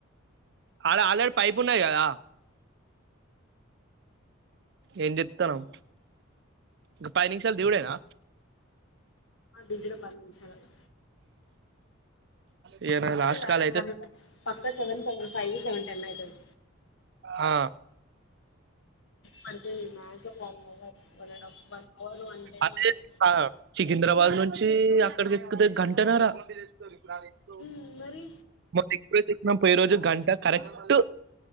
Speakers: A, on the right; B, on the left.
A: అడ ఆలర్డి పైపు ఉన్నది కద ఏం చెత్తనవ్ పది నిముషాలు దివుడేనా
B: ఇంటిలో పనులు చూస్కోని
A: ఇగ నాది
B: చెప్పలేదరా
A: లాస్ట్ కాల్ అయితే
B: పక్క స సెవన్ ఫైవ్ సెవ కన్నఅయితది
A: ఆ
B: పడితుంది maximum one hour one and half hour one ten
A: అదే
B: one టెన్
A: సికింద్రాబాద్ నుంచి అక్కడికి ఎక్కుతే గంటనార ఇప్పుని ప్లానింగ్స్
B: ఉమ్ మరి
A: మ ఎక్స్ప్రెస్ ఇచ్చిన పోయి రోజు గంట కరెక్ట్